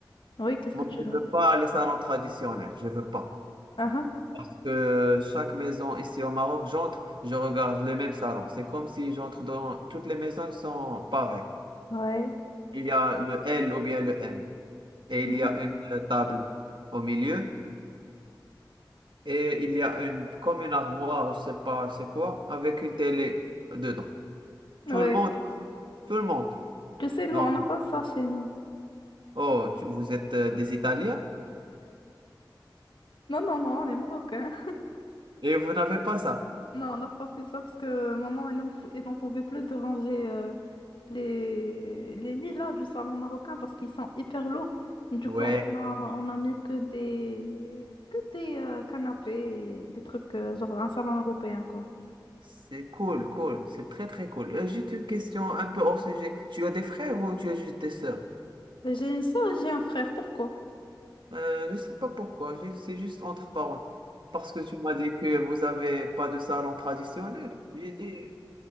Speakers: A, on the left (about 80°); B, on the right (about 75°).
A: Oui, qu'est-ce
B: moi,
A: que tu
B: je
A: veux?
B: veux pas les salons traditionnels, je veux pas.
A: Ah
B: Parce que chaque maison ici au Maroc, j'entre, je regarde les mêmes salons. C'est comme si j'entre dans toutes les maisons, ils sont pareils.
A: ah, ouais.
B: il y a le L ou bien le N. Et
A: mhm,
B: il y a une euh, table au milieu. Et il y a une, comme une armoire, je sais pas c'est quoi, avec une télé dedans.
A: Ouais.
B: Tout le monde, tout le monde.
A: Tu sais, nous,
B: Non.
A: on n'a pas ça chez nous.
B: Oh, tu- vous êtes euh, des Italiens
A: Non, non, non, on est marocains. <laughs>
B: et vous n'avez pas ça.
A: Non, on n'a pas fait ça parce que maman, elle n'en pou- elle n'en pouvait plus de ranger euh, les, les lits là du salon marocain parce qu'ils sont hyper lourds. Du
B: Ouais,
A: coup, on a, on a mis que des, que des euh, canapés, des trucs euh, genre un salon européen quoi.
B: c'est cool, cool. C'est très, très cool. Euh, juste une question un peu hors sujet. Tu as des frères ou tu as juste des sœurs?
A: J'ai une sœur et j'ai un frère, pourquoi?
B: Euh, je sais pas pourquoi. ju- C'est juste entre parenthèses. Parce que tu m'as dit que vous avez pas de salon traditionnel. J'ai dit,